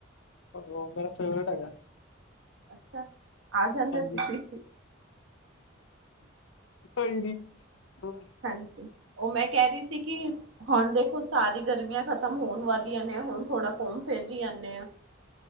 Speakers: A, on the left; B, on the right.
A: ਪਨੀਰ ਮੇਰਾ ਫੇਵਰਟ ਹੈਗਾ
B: ਅੱਛਾ, ਆ ਜਾਂਦੇ
A: ਹਾਂਜੀ
B: ਤੁਸੀਂ
A: ਕੋਈ ਨੀ ਹ
B: ਹਾਂਜੀ, ਉਹ ਮੈਂ ਕਹਿ ਰਹੀ ਸੀ ਕਿ ਹੁਣ ਦੇਖੋ ਸਾਰੀ ਗਰਮੀਆਂ ਖਤਮ ਹੋਣ ਵਾਲੀਆਂ ਨੇ ਹੁਣ ਥੋੜਾ ਘੁੰਮ ਫਿਰ ਹੀ ਆਉਂਦੇ ਆ